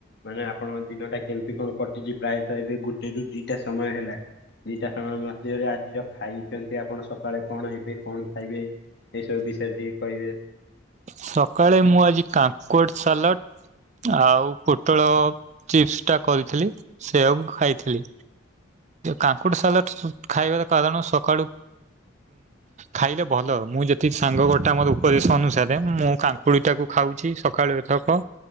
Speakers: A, on the left (about 55°); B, on the right (about 35°).
A: ମାନେ ଆପଣ ଦିନଟା କେମିତି କଣ କଟିଯି ପ୍ରାୟତଃ ଏବେ ଗୋଟେ ରୁ ଦିଟା ସମୟ ହେଲାଣି ଦିଟା ସମୟ ମଧ୍ୟରେ ଆଜି ଖିର ଖାଇଛନ୍ତି ଆପଣ ସକାଳେ କଣ ଏବେ କଣ ଖାଇବେ? ଏଇ ସବୁ ବିଷୟରେ ଟିକେ କହିବେ।
B: ସକାଳେ ମୁଁ ଆଜି କାକୁଡି ସାଲଟ ଆଉ ପୋଟଳ ଚିପ୍ସ ଟା କରିଥିଲି, ସେଆକୁ ଖାଇଥିଲି। କାକୁଡି ସାଲାଡ ଖାଇବାର କାରଣ, ସକାଳୁ ଖାଇଲେ ଭଲ। ଭଲ ମୁଁ ଯେତିକି ସାଙ୍ଗ ଗୋଟା ମୋର ଉପଦେଶ ଅନୁ ରେ ମୁଁ କାକୁଡି ଟାକୁ ଖାଉଛି ସକାଳୁ ଏଥକ